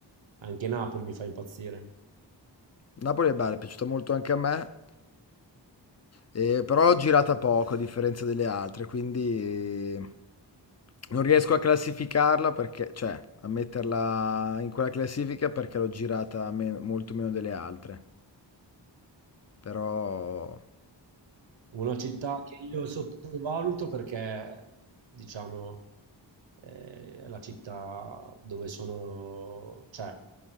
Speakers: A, on the right (about 80°); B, on the left (about 35°).
A: Anche Napoli mi fa impazzire.
B: Napoli è bella, è piaciuta molto anche a me, eh, però l'ho girata poco a differenza delle altre, quindi eh, non riesco a classificarla perché, cioè, a metterla in quella classifica perché l'ho girata me- molto meno delle altre, però...
A: Una città che io sottovaluto perché, diciamo, eh, è la città dove sono, cioè,